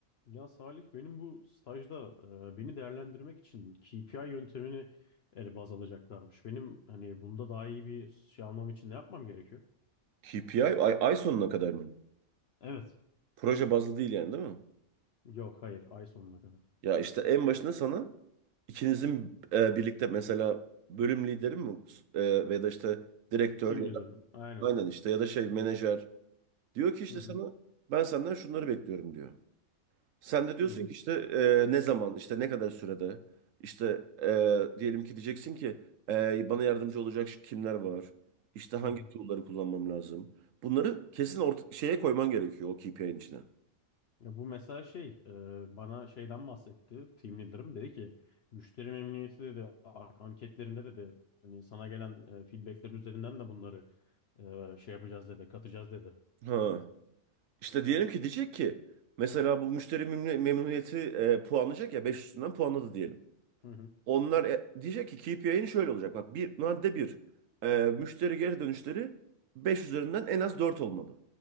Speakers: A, on the left (about 55°); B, on the right (about 75°).
A: Ya Salih benim bu stajda e, beni değerlendirmek için KPI yöntemini e, baz alacaklarmış. Benim hani bunda daha iyi bir şey almam için ne yapmam gerekiyor?
B: KPI ay, ay sonuna kadar mı?
A: Evet.
B: Proje bazlı değil yani değil mi?
A: Yok hayır ay sonuna kadar.
B: Ya işte en başında sana ikinizin e, birlikte mesela bölüm lideri mi e, ve da işte direktör
A: Team
B: ya
A: leader'ım
B: da
A: aynen.
B: aynen işte ya da şey menajer diyor ki işte
A: Hı hı,
B: sana ben senden şunları bekliyorum diyor. Sen de diyorsun
A: hı hı,
B: ki işte e, ne zaman işte ne kadar sürede işte e, diyelim ki diyeceksin ki e, bana yardımcı olacak şu kimler var? İşte hangi
A: hı hı.
B: tool'ları kullanmam lazım? Bunları kesin orta, şeye koyman gerekiyor o KPI'nin içine.
A: Ya bu mesela şey e, bana şeyden bahsetti team leader'ım dedi ki müşteri memnuniyeti dedi a- anketlerinde dedi hani sana gelen e, feedbackler üzerinden de bunları e, şey yapacağız dedi katacağız dedi.
B: Ha. İşte diyelim ki diyecek ki mesela bu müşteri memnun- memnuniyeti e, puanlayacak ya 5 üstünden puanladı diyelim.
A: Hı hı,
B: Onlar e, diyecek ki KPI'nin şöyle olacak. Bak bir madde bir e, müşteri geri dönüşleri 5 üzerinden en az 4 olmalı.